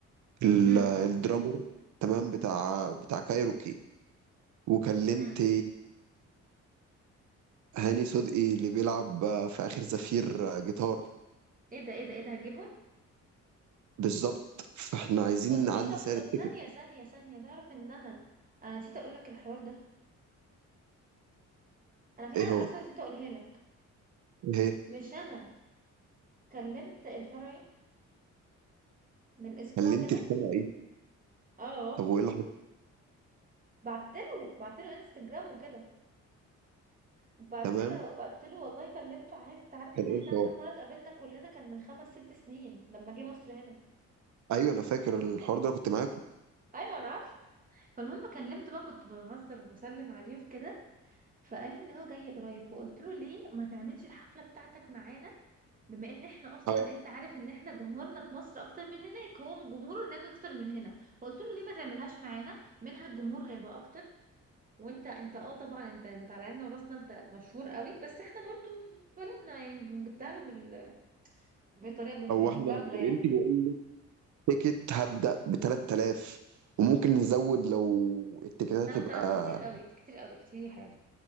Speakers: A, on the right; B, on the right.
A: ال-
B: امم
A: الدرامر تمام بتاع بتاع كايروكي وكلمت
B: امم
A: هاني صدقي اللي بيلعب في آخر زفير جيتار
B: ايه ده ايه ده ايه ده هتجيبهم
A: بالظبط فاحنا عايزين
B: طب
A: نعلي
B: ليه طب
A: سعر
B: طب
A: التيكت
B: ثانية ثانية ثانية تعرف ان انا انا نسيت اقول لك الحوار ده انا في حاجة
A: ايه هو
B: حصلت نسيت اقولها لك
A: ايه هي
B: مش انا كلمت الفرعي من اسبوع
A: كلمت
B: كده
A: الفرعي
B: اه
A: طب وايه اللي حصل
B: بعت له بعت له انستجرام وكده بعت
A: تمام
B: له بعت له والله كلمته عادي انت عارف
A: كان
B: ان
A: ايه
B: احنا
A: الحوار
B: اخر مرة اتقابلنا كلنا كان من خمس ست سنين لما جه مصر هنا
A: ايوه انا فاكر الحوار ده انا كنت معاكم
B: ايوه انا عارفه فالمهم كلمته بقى كنت بهزر وبسلم عليه وكده فقال لي ان هو جاي قريب فقلت له ليه ما تعملش الحفله بتاعتك معانا بما ان احنا اصلا
A: اه
B: انت عارف ان احنا جمهورنا في مصر اكتر من هناك هو جمهوره هناك اكتر من هنا فقلت له ليه ما تعملهاش معانا منها الجمهور هيبقى اكتر وانت انت اه طبعا انت انت على عيننا وراسنا انت مشهور قوي بس احنا برضو في بلدنا يعني بنبتعله بال... بطريقه بمجامله
A: هو احنا بنتي
B: يعني
A: بقول لك تيكت هبدأ ب 3000 وممكن نزود لو التيكتات
B: 3000
A: تبقى
B: كتير قوي كتير قوي كتير يا حازم